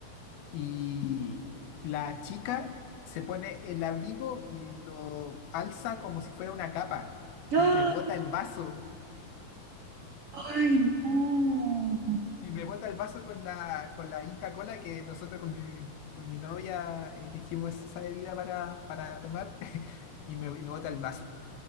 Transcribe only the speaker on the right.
¡Ah!
¡Ay, no!